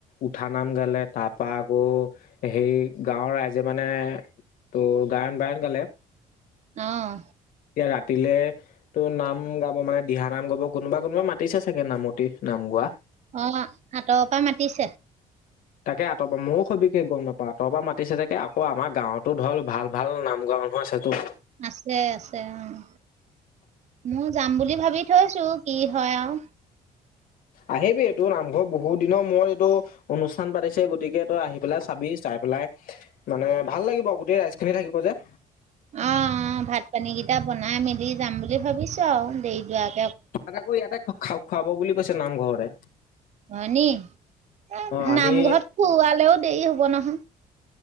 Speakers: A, on the left; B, on the right.
A: উঠা নাম গালে, তাপা আকৌ হেই গাঁৱৰ ৰাইজে মানে তোৰ গায়ন বায়ন গালে।
B: অঁ।
A: এতিয়া ৰাতিলে টো নাম গাব মানে দিহা নাম গাব কোনোবা কোনোবা মাতিছে চাগে নামতি, নাম গোৱা
B: অঁ, আতৰৰ পৰা মাতিছে?
A: তাকে আঁতৰ পৰা, ময়ো সবিশেষ গম নাপাওঁ, আতৰৰ পৰা মাতিছে চাগে, আকৌ আমাৰ গাঁৱতো ধৰ ভাল ভাল নাম গোৱা মানুহ আছেতো।
B: আছে আছে অঁ, মোৰ যাম বুলি ভাবি থৈছো কি হয় আউ।
A: আহিবি এই তোৰ নামঘৰত বহুত দিনৰ মূৰত এইটো অনুষ্ঠান পাতিছে গতিকে তই আহি পেলাই চাবি চাই পেলাই, মানে ভাল লাগিব গোটেই ৰাইজ খিনি থাকিব যে।
B: অ', অ', ভাত পানীকেইটা বনাই মেলি যাম বুলি ভাবিছোঁ আৰু দেৰি দুৱাক
A: ত আকৌ ইয়াতে খা খুৱাব বুলি কৈছে নামঘৰতে।
B: হয়নি, এ
A: অ আমি
B: নামঘৰত খোৱালেও দেৰি হব নহয়। হ <inaudible>